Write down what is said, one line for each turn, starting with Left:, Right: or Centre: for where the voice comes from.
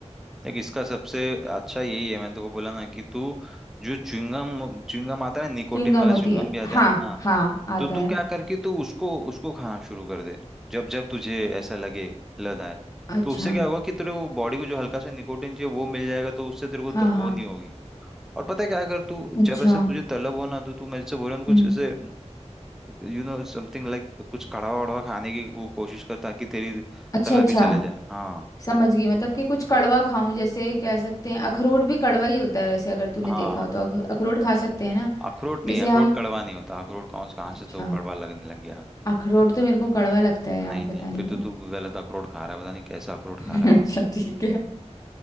Centre: देख इसका सबसे अच्छा यही है मैंने तो को बोला ना कि तू जो च्युइंगम च्युइंगम आता है ना निकोटिन
Left: च्युइंगम
Centre: वाला
Left: होती
Centre: च्युइंगम
Left: है
Centre: भी आता
Left: हाँ
Centre: है ना हाँ
Left: हाँ आता
Centre: तो तू
Left: है
Centre: क्या कर कि तू उसको उसको खाना शुरू कर दे जब जब तुझे ऐसा लगे लद आए
Left: अच्छा
Centre: तो उससे क्या होगा कि तेरे को बॉडी को जो हल्का सा निकोटिन चाहिए वो मिल जाएगा तो उससे तेरे को
Left: हाँ
Centre: त- वो
Left: हाँ
Centre: नहीं होगी और पता है क्या कर तू
Left: अच्छा
Centre: जब ऐसे तुझे तलब हो ना तो तू मेरे से बोल रहा हूँ कुछ
Left: हम्म
Centre: ऐसे यू नो समथिंग लाइक कुछ कड़वा वड़वा खाने की वो कोशिश कर ताकि तेरी
Left: अच्छा
Centre: तलब
Left: अच्छा
Centre: भी चले जाए हाँ
Left: समझ गई मतलब कि कुछ कड़वा खाऊं जैसे कह सकते हैं अखरोट भी कड़वा ही होता है वैसे अगर तूने
Centre: हाँ
Left: देखा हो तो अख, अखरोट खा सकते हैं ना
Centre: अखरोट
Left: जैसे
Centre: नहीं है, अखरोट
Left: हम
Centre: कड़वा नहीं होता अखरोट कौन कहाँ
Left: अच्छा
Centre: से तो कड़वा लगने लग गया
Left: अखरोट तो मेरे को कड़वा लगता है यार
Centre: नहीं नहीं
Left: पता नहीं
Centre: फिर
Left: क्यों
Centre: तो तू गलत अखरोट खा रहा है पता नहीं कैसा अखरोट
Left: <laughs>
Centre: खा रहा है
Left: अच्छा ठीक है